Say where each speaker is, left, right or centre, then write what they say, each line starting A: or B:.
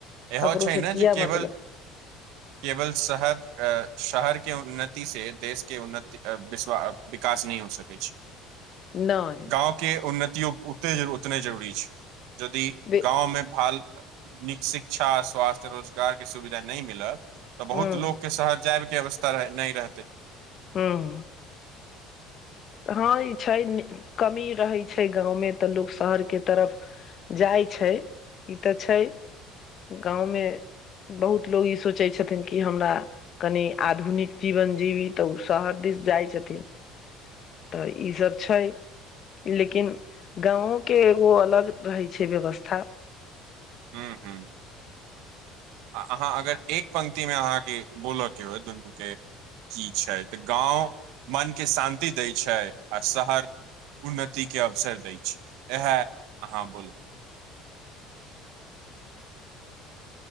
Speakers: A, on the right; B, on the left.
A: इहो
B: ककरो
A: छै
B: से
A: न
B: किया
A: जे केवल
B: <inaudible>
A: केवल शहर अ शहर के उन्नति से देशके उन्नति विस्वा अ विकास नहि हो सकै छै।
B: नै।
A: गाँव के उन्नतियो उतने जरूरी छै यदि
B: बे
A: गाँव मे भाल नीक शिक्षा, स्वास्थ्य, रोजगार के सुविधा नहि मिलत तऽ
B: हुँ
A: बहुत लोकके शहर जाय के अवस् ता नहि रहतै
B: हूं। हँ ई छै कमी रहै छै गाँवमे तऽ लोक शहरके तरफ जाइ छै ई तऽ छै गाँवमे बहुत लोक ई सोचै छथिन कि हमरा कनी आधुनिक जीवन जीबी तऽ ओ शहर दिस जाइत छथिन। तऽ ई सब छै लेकिन गाँवों के ओ अलग रहै छै व्यवस्था।
A: हूं हूं। आ अहाँ अगर एक पंक्तिमे अहाँके बोलयके होए दुनूके की छै तऽ गाँव मनके शान्ति दै छै आ शहर उन्नति के अवसर दै छै, इएहे अहाँ बोलू।